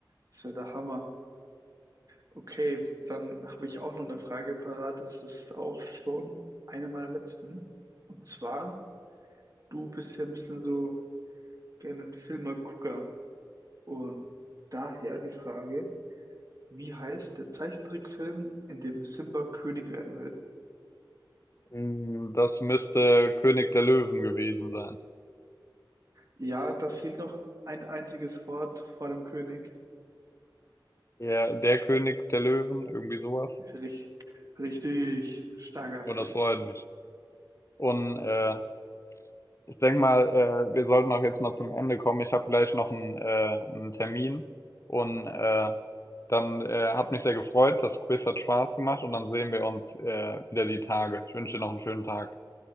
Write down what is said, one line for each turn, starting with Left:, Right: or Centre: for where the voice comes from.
Right: ist ja der Hammer. Okay, dann habe ich auch noch eine Frage parat. Das ist auch schon eine meiner letzten. Und zwar, du bist ja ein bisschen so gerne ein Filmegucker. Und daher die Frage, wie heißt der Zeichentrickfilm, in dem Simba König werden will?
Left: Mm, Das müsste König der Löwen gewesen sein.
Right: Ja, da fehlt noch ein einziges Wort vor dem König.
Left: Ja, der König der Löwen, irgendwie sowas.
Right: Ist richtig, richtig stark, André.
Left: Und das freut mich. Und äh, ich denke mal, äh, wir sollten auch jetzt mal zum Ende kommen. Ich habe gleich noch einen, äh, einen Termin. Und äh, Dann äh, hat mich sehr gefreut. Das Quiz hat Spaß gemacht und dann sehen wir uns äh, wieder die Tage. Ich wünsche dir noch einen schönen Tag.